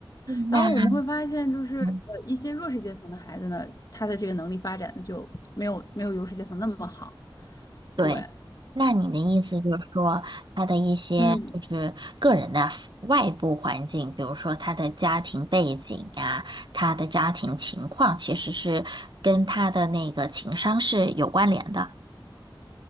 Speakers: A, on the right (about 55°); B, on the left (about 45°).
A: 嗯那
B: 然后我们会发现，就是呃一些弱势阶层的孩子呢，
A: 嗯
B: 他的这个能力发展的就没有没有优势阶层那么好。
A: 对，
B: 对，
A: 那你的意思就是说，他的一些就是个人的
B: 嗯。
A: f- 外部环境，比如说他的家庭背景呀，他的家庭情况，其实是跟他的那个情商是有关联的。